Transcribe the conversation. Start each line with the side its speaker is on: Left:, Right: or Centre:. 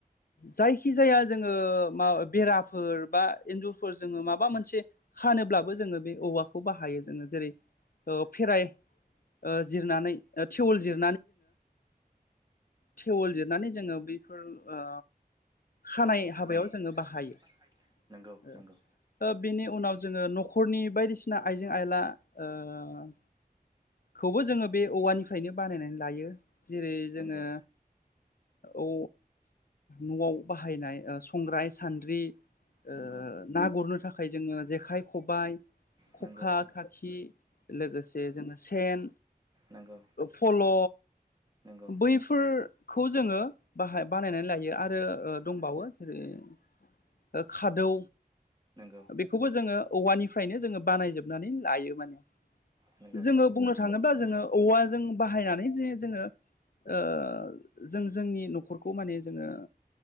Left: जायखि जाया जोङो मा बेराफोर बा एन्जुरफोर जोङो माबा मोनसे खानोब्लाबो जोङो बे औवाखौ बाहायो जों जेरै ओ‌ फेराय जिरनानैे ओ टेवोल जिर
Right: <inaudible>
Left: टेवल जिरनानै जोङो बैफोर ओ खानाय
Right: नंगौ
Left: हाबायाव जोङो
Right: नंगौ
Left: बाहायो
Right: नंगौ नंगौ
Left: ओ बेनि उनाव जोङो न'खरनि‌ बायदिसि ना आइजें आइला ओ खौबो जोङो बे औवानिफ्रायनो बानायनानै लायो जेरै जोङो
Right: नंगौ
Left: औ न'आव बाहायनाय ओ सं ग्राय सान्द्रि ओ
Right: नंगौ
Left: ना गुरनो थाखाय जोङो जेखाइ खबाइ खखा
Right: सेखा
Left: खाखि लोगोसे जोङो सेन
Right: नंगौ
Left: फल'
Right: नंगौ नंगौ
Left: बैफोरखौ जोङो बाहाय बानायनानै लायो आरो दंबावो जेरै खादौ
Right: नंगौ
Left: बेखौबो जोङो औवानिफ्रायनो जोङो बानायजोबनानै लायो माने
Right: नंगौ
Left: जोङो
Right: नंगौ
Left: बुंनो थाङोब्ला जोङो औवाजों बाहायनानैनो जोङो ओ जों जोंनि न'खरखौ माने जोङो